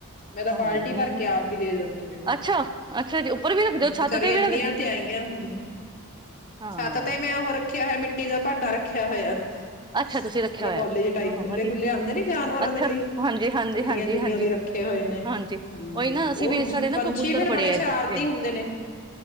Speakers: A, on the left (about 40°); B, on the right (about 20°).
A: ਮੈਂ ਤਾਂ
B: ਹਾਂ
A: ਬਾਲਟੀ
B: ਨਹੀਂ
A: ਭਰ ਕੇ ਆਪ ਵੀ ਦੇ ਦਿਨੀ
B: ਅੱਛਾ, ਅੱਛਾ ਜੀ ਉੱਪਰ ਵੀ ਰੱਖ ਦਿਓ ਛੱਤ
A: ਬਚਾਰੀਆਂ
B: ਤੇ ਵੀ
A: ਇੰਨੀਆਂ ਤਿਹਾਈਆਂ ਹੁੰਦੀਆਂ
B: ਹਾਂ।
A: ਛੱਤ ਤੇ ਮੈਂ ਉਹ ਰੱਖਿਆ ਹੋਇਆ ਮਿੱ ਪਟੀ ਦਾ ਭਾਂਡਾ ਰੱਖਿਆ ਹੋਇਆ। <unintelligible>
B: ਅੱਛਾ ਤੁਸੀਂ ਰੱਖਿਆ ਹੋਇਆ, ਹਾਂ
A: ਟਾਈਪ ਖੁੱਲੇ
B: ਵਧੀਆ
A: ਖੁੱਲੇ ਆਂਦੇ ਨੀ ਜਾਨਵਰਾਂ
B: ਅੱਛਾ
A: ਦੇ ਲਈ,
B: ਹਾਂਜੀ,
A: ਚਿੜੀਆਂ
B: ਹਾਂਜੀ, ਹਾਂਜੀ,
A: ਚੁੜੀਆਂ
B: ਹਾਂਜੀ,
A: ਲਈ ਰੱਖੇ ਹੋਏ ਨੇ,
B: ਹਾਂਜੀ।
A: ਹੂੰ,
B: ਉਹੀ ਨਾ ਅਸੀਂ
A: ਉਹ
B: ਵੀ ਸਾਡੇ ਨਾ
A: ਪੰਛੀ
B: ਕਬੂਤਰ
A: ਫੇਰ ਬੜੇ
B: ਆ
A: ਸ਼ਰਾਰਤੀ
B: ਇੱਧਰ ਇਹ
A: ਹੁੰਦੇ ਨੇ।